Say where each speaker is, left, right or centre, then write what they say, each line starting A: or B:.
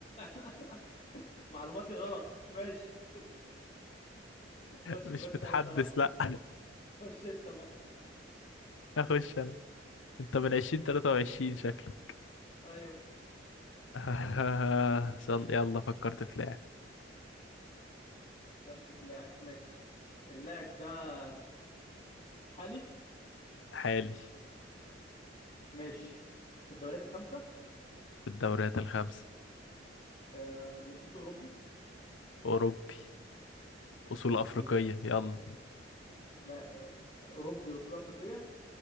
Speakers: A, on the left; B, on the left.
A: <laughs> معلوماتي غلط ماشي خش
B: مش
A: خش
B: متحدث
A: انت بقى
B: لا
A: خش انت بقى
B: اخش انا انت من 20 23 شكلك
A: ايوه
B: <laughs> آه، صل يلا فكرت في لاعب
A: فكرت في لاعب ماشي اللاعب ده حالي
B: حالي
A: ماشي في الدوريات الخمسة
B: في الدوريات الخمسة
A: آه، جنسيته أوروبي
B: اوروبي اصول
A: ماشي
B: افريقية
A: بقى
B: يلا
A: لا آه، أوروبي وصول أفريقية